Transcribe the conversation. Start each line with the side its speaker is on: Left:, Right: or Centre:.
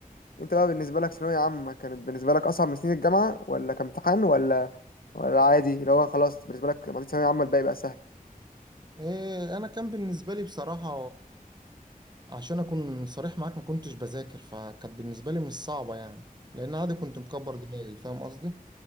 Left: انت بقى بالنسبة لك ثانوية عامة كانت بالنسبة لك اصعب من سنين الجامعة ولا كامتحان ولا ولا عادي اللي هو خلاص بالنسبة لك لما عديت ثانوية عامة الباقي بقى سهل؟
Right: إيه انا كان بالنسبه لي بصراحه عشان اكون صريح معاك ما كنتش بذاكر فكانت بالنسبه لي مش صعبه يعني لان عادي كنت مكبر دماغي فاهم قصدي